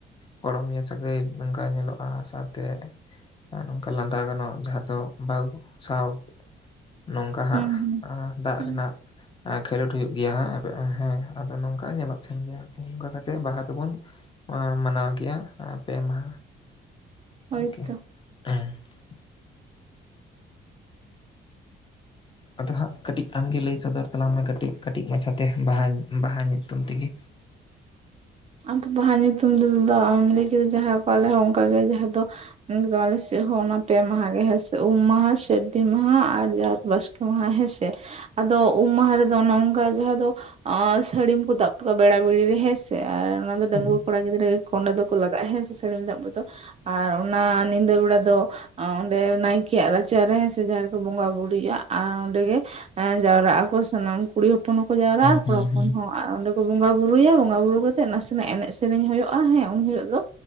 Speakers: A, on the left; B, on the right.
A: ᱜᱚᱲᱚᱢᱤᱭᱟᱹ ᱥᱟᱹᱜᱟᱹᱭ ᱚᱱᱠᱟ ᱧᱮᱞᱚᱜ ᱟᱨ ᱥᱟᱶᱛᱮ ᱱᱚᱝᱠᱟ ᱞᱟᱸᱫᱟ ᱜᱟᱱᱚᱜᱼᱟ᱾ ᱡᱟᱦᱟᱸ ᱫᱚ ᱵᱟᱦᱩ ᱥᱟᱶ ᱱᱚᱝᱠᱟ ᱦᱟᱸᱜ
B: ᱦᱩᱸ
A: ᱟᱸ ᱫᱟᱜ
B: ᱦᱩᱸ
A: ᱨᱮᱱᱟᱜ ᱠᱷᱮᱞᱳᱰ ᱦᱩᱭᱩᱜ ᱜᱮᱭᱟ ᱦᱟᱸ <unintelligible> ᱦᱮᱸ ᱟᱫᱚ ᱱᱚᱝᱠᱟ ᱧᱮᱞᱚᱜ ᱛᱟᱦᱮᱱ ᱜᱮᱭᱟ ᱱᱚᱝᱠᱟ ᱠᱟᱛᱮᱜ ᱵᱟᱦᱟ ᱫᱚ ᱵᱚᱱ ᱟᱢ ᱢᱟᱱᱟᱣ ᱜᱮᱭᱟ ᱟᱨ ᱯᱮ ᱢᱟᱦᱟ <inaudible>
B: ᱦᱳᱭᱛᱚ
A: ᱟᱫᱚ ᱦᱟᱸᱜ ᱠᱟᱹᱴᱤᱡ ᱟᱢᱜᱮ ᱞᱟᱹᱭ ᱥᱚᱫᱚᱨ ᱛᱟᱞᱟᱝ ᱢᱮ ᱠᱟᱹᱴᱤᱡ ᱠᱟᱹᱴᱤᱡ ᱢᱟᱪᱷᱟᱛᱮ ᱵᱟᱦᱟ ᱵᱟᱦᱟ ᱧᱩᱛᱩᱢ ᱛᱮᱜᱮ
B: ᱟᱫᱚ ᱵᱟᱦᱟ ᱧᱩᱛᱩᱢ ᱛᱮᱫᱚ ᱟᱢ ᱞᱟᱹᱭ ᱠᱮᱫᱟ ᱡᱟᱦᱟᱸ ᱠᱚ ᱟᱞᱮ ᱦᱚᱸ ᱚᱱᱠᱟᱜ ᱜᱮ ᱡᱟᱦᱟᱸ ᱫᱚ ᱟᱞᱮ ᱥᱮ ᱞᱮ ᱦᱚᱸ ᱚᱱᱟ ᱯᱮ ᱢᱟᱦᱟ ᱜᱮ ᱦᱮᱸ ᱥᱮ ᱩᱢ ᱢᱟᱦᱟ, ᱥᱟᱹᱨᱫᱤ ᱢᱟᱦᱟ ᱟᱨ ᱡᱟᱛ ᱵᱟᱥᱠᱮ ᱢᱟᱦᱟ ᱦᱮᱸᱥᱮ ᱠᱮ ᱟᱫᱚ ᱩᱢ ᱢᱟᱦᱟ ᱨᱮᱫᱚ ᱚᱱᱚ ᱚᱝᱠᱟ ᱡᱟᱦᱟᱸ ᱫᱚ ᱟᱨ ᱥᱟᱹᱲᱤᱢ ᱠᱚ ᱫᱟᱵ ᱦᱚᱴ ᱠᱟᱜᱼᱟ᱾ ᱵᱮᱲᱟ ᱵᱮᱲᱤ ᱨᱮ ᱦᱮᱸᱥᱮ ᱟᱨ ᱚᱱᱟ ᱫᱚ
A: ᱦᱩᱸ
B: ᱰᱟᱺᱜᱩᱭᱟᱹ ᱠᱚᱲᱟ ᱠᱚᱲᱟ ᱜᱤᱫᱽᱨᱟᱹ ᱜᱮ ᱚᱸᱰᱮ ᱫᱚᱠᱚ ᱞᱟᱜᱟᱜᱼᱟ᱾ ᱦᱮᱸ ᱥᱮ ᱥᱟᱹᱲᱤᱢ ᱫᱟᱯ ᱨᱮᱫᱚ ᱟᱨ ᱚᱱᱟ ᱧᱤᱫᱟᱹ ᱵᱮᱲᱟ ᱫᱚ ᱚᱸᱰᱮ ᱱᱟᱭᱠᱮᱭᱟᱜ ᱨᱟᱪᱟᱨᱮ ᱦᱮᱸᱥᱮ ᱡᱟᱦᱟᱸ ᱨᱮᱠᱚ ᱵᱚᱸᱜᱟ ᱵᱩᱨᱩᱭᱟᱜᱼᱟ ᱚᱸᱰᱮ ᱜᱮ ᱦᱮᱸ ᱡᱟᱣᱨᱟᱜ ᱟᱠᱚ ᱥᱟᱱᱟᱢ ᱠᱩᱲᱤ ᱦᱚᱯᱚᱱ ᱦᱚᱸᱠᱚ ᱡᱟᱣᱨᱟᱼᱟ
A: ᱦᱩᱸ
B: ᱠᱚᱲᱟ ᱦᱚᱯᱚᱱ
A: ᱦᱩᱸ
B: ᱦᱚᱸ ᱟᱨ ᱚᱸᱰᱮ ᱠᱚ ᱵᱚᱸᱜᱟ ᱵᱩᱨᱩᱭᱟ ᱵᱚᱸᱜᱟ ᱵᱩᱨᱩ ᱠᱟ- ᱱᱟᱥᱮ ᱱᱟᱜ ᱮᱱᱮᱡ ᱥᱮᱨᱮᱧ ᱦᱩᱭᱩᱜᱼᱟ ᱦᱮᱸ ᱩᱱ ᱦᱤᱞᱳᱜ ᱫᱚ